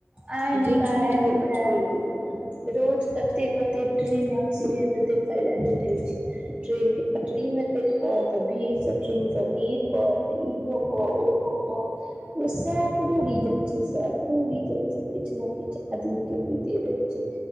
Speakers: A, on the right (about 25°); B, on the right (about 45°).
A: आय न
B: जे
A: काल
B: छुटि
A: आय
B: गेल
A: न
B: तऽ
A: काल
B: छोड़ि दियौ
A: रोज कते कते ट्रेन एक्सीडेंट देखे ले भेटे छै ट्रेन के पटरी मे केट के तऽ भीड़सँ ट्रेन से गिर कऽ तऽ ई होकऽ ओ होऽ सब ो रीजन छै सेकरो रीजन से किछ ने किछ आदमी के होते रहे